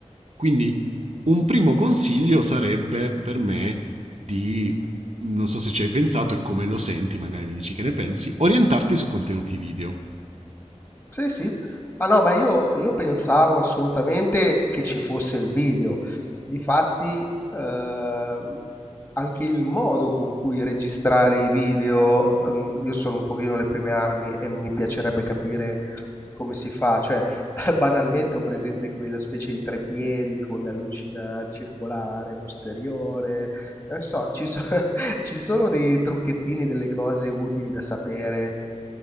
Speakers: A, on the right; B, on the left.
A: Quindi un primo consiglio sarebbe per me di, non so se ci hai pensato e come lo senti, magari mi dici che ne pensi, orientarti su contenuti video.
B: Sì, sì. Ah no, ma io, io pensavo assolutamente che ci fosse il video. Difatti, eh, anche il modo con cui registrare i video, mm, io sono un pochino alle prime armi e mi piacerebbe capire come si fa. Cioè, <laughs> banalmente ho presente quella specie di treppiedi con la lucina circolare posteriore. Non so, ci so- <laughs> ci sono dei trucchettini, delle cose utili da sapere.